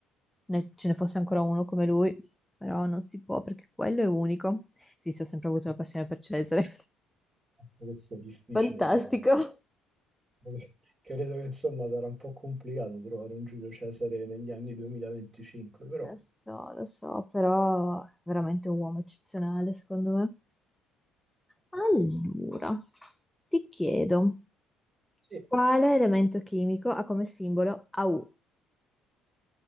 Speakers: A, in the centre; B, on the right (about 20°).
A: Ne- ce ne fosse ancora uno come lui, però non si può perché quello è unico. Sì, sì, ho sempre avuto una passione per Cesare.
B: penso che sia difficile,
A: <laughs> Fantastico.
B: sì. <laughs> Credo che insomma sarà un po' complicato trovare un Giulio Cesare negli anni 2025, però...
A: Lo so, lo so, però è veramente un uomo eccezionale, secondo me. Allora, ti chiedo,
B: Sì.
A: quale elemento chimico ha come simbolo AU?